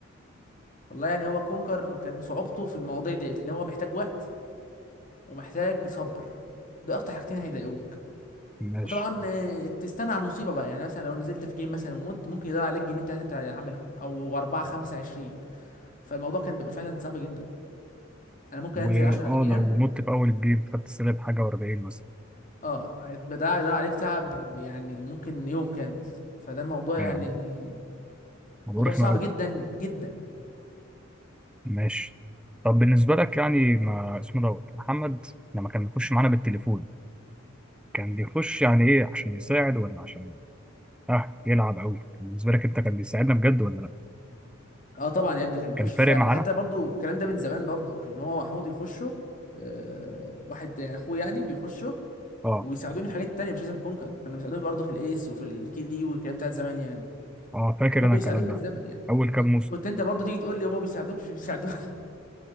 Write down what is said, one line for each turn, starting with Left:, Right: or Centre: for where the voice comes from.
Left: والله يعني هو كونكر كان صعوبته في المواضيع ديت ان هو محتاج وقت ومحتاج صبر ده اكتر حاجتين هيضايقوك
Centre: ماشي
Left: وطبعا آه، تستنى على المصيبه بقى يعني مثلا لو نزلت في جيم مثلا ومت ممكن يضيع عليك جيمين تلاته انت عاملهم او اربعه خمسه عشرين فالموضوع كان بيبقى فعلا صعب جدا انا ممكن
Centre: واه
Left: انزل 10 اجيام
Centre: لو مت في اول الجيم خدت سالب حاجه و40 مثلا
Left: اه هيبقى ده هيضيع عليك تعب يعني ممكن يوم كامل فده الموضوع
Centre: فاهم
Left: يعني
Centre: الموضوع
Left: موضوع
Centre: رخم
Left: صعب
Centre: قوي
Left: جدا جدا
Centre: ماشي طب بالنسبه لك يعني ما اسمه دوت محمد لما كان بيخش معانا بالتليفون كان بيخش يعني ايه عشان يساعد ولا عشان اه يلعب قوي بالنسبه لك انت كان بيساعدنا بجد ولا لا
Left: اه طبعا يا ابني كان بيخش
Centre: كان فارق
Left: في ساعد
Centre: معانا
Left: حتى برضو الكلام ده من زمان برضو كان هو محمود يخشوا آه واحد يعني اخوه يعني بيخشوا
Centre: اه
Left: ويساعدوني في حاجات تانية مش لازم كونكر كانوا بيساعدوني برضو في الايس وفي الكي دي والكلام بتاع زمان يعني
Centre: اه فاكر
Left: فهم
Centre: انا
Left: بيساعدوني
Centre: الكلام ده
Left: من زمن يعني
Centre: اول كام
Left: اه
Centre: موسم
Left: كنت انت برضو تيجي تقول لي هما بيساعدوك مش بيساعدوك